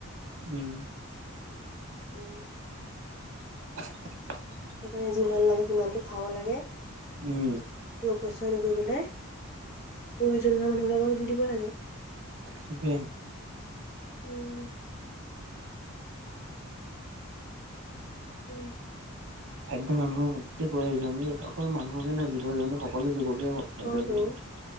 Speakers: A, on the right; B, on the left.
A: উম।
B: উম।
A: <unintelligible>
B: মানে যিমান লাগে সিমানটো খাব লাগে।
A: উম।
B: পইচা কৰি পেলাই, প্ৰয়োজন হোৱা মানুহ বিলাকক দি দিব লাগে।
A: থিকেই।
B: উম। দে
A: খাদ্য মানুহৰ অতি প্ৰয়োজন যে অকল মানুহকে নহয় জীৱ জন্তু সকলো জীৱ জন্তু খাদ্যৰ
B: অতো
A: প্ৰয়োজন।